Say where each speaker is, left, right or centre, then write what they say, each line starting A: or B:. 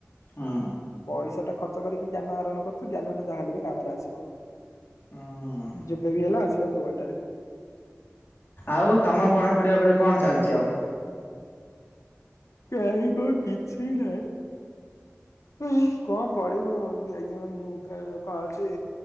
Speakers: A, on the left; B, on the left.
A: ହୁଁ
B: ପଇସା ଟା ଖର୍ଚ କରିକି ଜ୍ଞାନ ଆରୋଣ କରୁଛୁ ଜ୍ଞାନଟା ଯାହାହଲେ ବି କାମରେ ଆସିବ।
A: ହୁଁ
B: ଯେବେ ବି ହେଲା ଆସି ଯ ଯଉ ବାଟରେ
A: ଆଉ ତମର ପଢାପଢି ଏବେ କଣ ଚାଲିଛି ଆଉ?
B: କାହିଁକଣ କିଛି ନାହିଁ କଣ ପଢିବୁ କଣ ହଉଛି